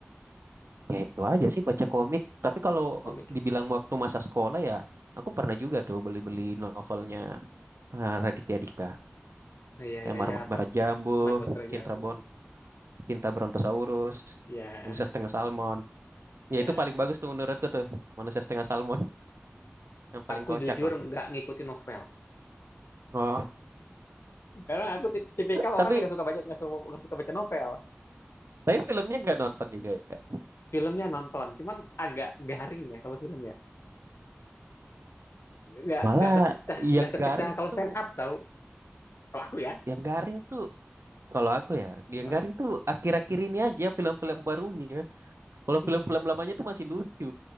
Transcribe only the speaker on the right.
Ya itu aja sih baca komik. Tapi kalau
dibilang waktu masa sekolah ya, aku pernah juga tuh beli-beli novelnya eh, Raditya Dika.
Kayak
Marmut
Merah Jambu,
Cinta
Bon, Cinta Brontosaurus,
Manusia Setengah Salmon.
Ya itu paling bagus tuh menurutku tuh, Manusia Setengah Salmon <laughs> yang paling
kocak
lah.
Oh,
tapi
tapi filmnya nggak nonton juga. ya.
Malah
yang
garing
tuh,
yang garing tuh kalau aku ya, yang
garing tuh akhir-akhir ini aja film-film barunya. Kalau
film-film lamanya tuh masih lucu.